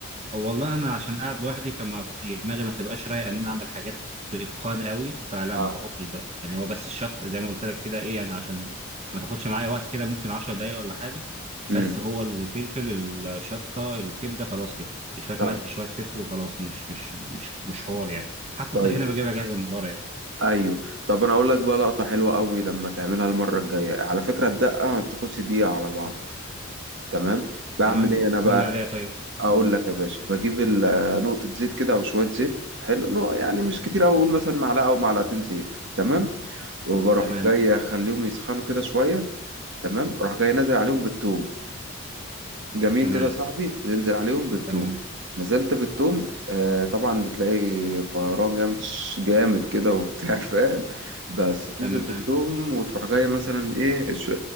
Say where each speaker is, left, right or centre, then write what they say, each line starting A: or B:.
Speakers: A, on the right; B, on the right.
A: أو والله انا عشان قاعد لوحدي فما في- يعني دماغي ما تبقاش رايقه ان انا اعمل حاجات باتقان قوي فلا
B: اه
A: ما بحطش ده يعني هو بس الشط زي ما قلت لك كده ايه يعني عشان ما تاخدش معايا وقت كده ممكن 10 دقايق ولا حاجه بس
B: امم
A: هو الفلفل الشطه الكبده خلاص كده شويه
B: طيب
A: ملح شويه فلفل وخلاص مش مش مش مش حوار يعني حتى
B: طيب
A: الطحينه بجيبها جاهزه من بره يعني
B: ايوه طب انا اقول لك بقى لقطة حلوة قوي لما تعملها المرة الجاية على فكرة الدقة ما بتاخدش دقيقة على بعض تمام بعمل
A: تمام
B: ايه انا بقى
A: قول لي عليها طيب
B: اقول
A: مم.
B: لك يا باشا بجيب ال- نقطة زيت كده او شوية زيت حلو نوع- يعني مش كتير أوي اقول مثلا معلقة او معلقتين زيت تمام وبروح
A: تمام
B: جاي اخليهم يسخنوا كده شوية تمام اروح جاي نازل عليهم بالثوم جميل
A: تمام
B: كده يا صاحبي تنزل عليهم بالثوم
A: تمام
B: نزلت بالثوم آه طبعا بتلاقي فيران جامد ش- جامد كده وبتاع <laughs> فاهم بس تنزل
A: تمام
B: بالثوم وتروح جايه مثلا ايه شو